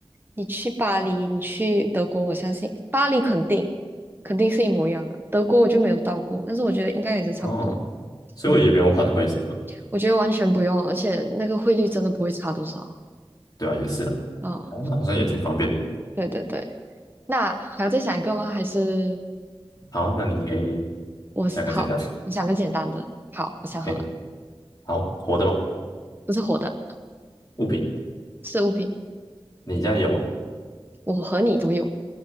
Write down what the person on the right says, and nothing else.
你去巴黎，你去德国，我相信巴黎肯定肯定是一模一样的。德国我就没有到过，但是我觉得应该也是差不多。
嗯，我觉得完全不用，而且那个汇率真的不会差多少。
啊、
对对对。那还要再想一个吗？还是
我好，
我想个简单的。好，我想好了，
不是活的，
是物品，
我和你都有。